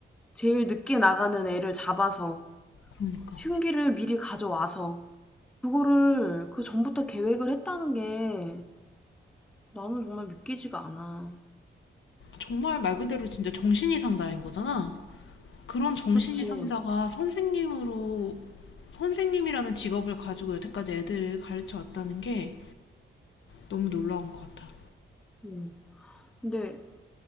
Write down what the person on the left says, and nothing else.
그러니까.
정말 말 그대로 진짜 정신이상자인 거잖아. 그런 정신이상자가
선생님으로, 선생님이라는 직업을 가지고 여태까지 애들을 가르쳐 왔다는 게 너무 놀라운 것 같아.